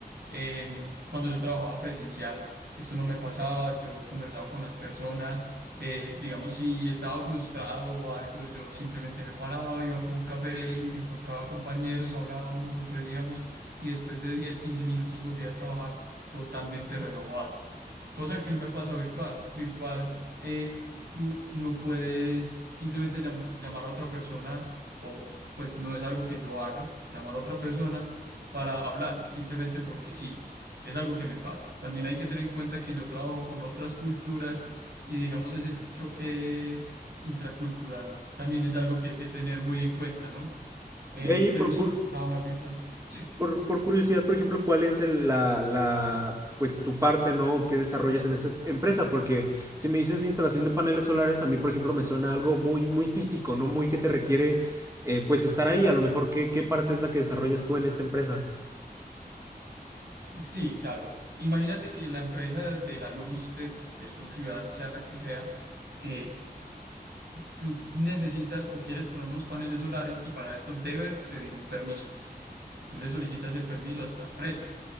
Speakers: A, on the right (about 80°); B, on the right (about 20°).
A: Eh, cuando yo trabajaba presencial, esto no me pasaba, yo conversaba con las personas, eh, digamos, si estaba frustrado o algo, yo simplemente me paraba, iba por un café y me encontraba compañeros, hablábamos, nos reíamos y después de 10 15 minutos volvía a trabajar totalmente renovado, cosa que no me pasa virtual. Virtual, eh, tú no puedes simplemente llam- llamar a otra persona o pues no es algo que yo haga, llamar a otra persona para hablar, simplemente porque sí, es algo que me pasa. También hay que tener en cuenta que yo trabajo con otras culturas y digamos ese choque intracultural también es algo que hay que tener muy en cuenta, ¿no? Em,
B: Y ahí procuro
A: pero sí, trabajar virtual. Sí.
B: Por, por curiosidad, por ejemplo, ¿cuál es el- la, la, pues tu parte, ¿no? ¿Qué desarrollas en esta es- empresa? Porque si me dices instalación de paneles solares, a mí, por ejemplo, me suena algo muy, muy físico, ¿no? Muy que te requiere, eh, pues, estar ahí. A lo mejor, ¿qué, qué parte es la que desarrollas tú en esta empresa?
A: Sí, claro. Imagínate que la empresa de la luz de, de tu ciudad, sea la que sea, eh, tú necesitas o quieres poner unos paneles solares y para esto debes pedir un permiso. Tú le solicitas el permiso a esta empresa,